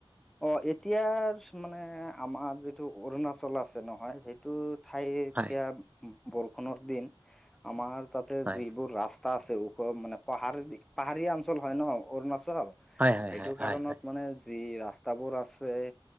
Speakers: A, in the centre; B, on the right.
A: অ', এতিয়াৰ মানে আমাৰ যিটো অৰুণাচল আছে নহয় সেইটোত ঠাই
B: হয়
A: এতিয়া বৰষুণৰ দিন আমাৰ তাতে
B: হয়
A: যিবোৰ ৰাস্তা টা আছে ওখ মানে পাহাৰ পাহাৰীয়া অঞ্চল হয় ন অৰুণাচল
B: হয় হয়
A: সেইটো
B: হয় হয়
A: কাৰণত
B: হয়
A: মানে যি ৰাস্তা ৰাস্তাবোৰ আছে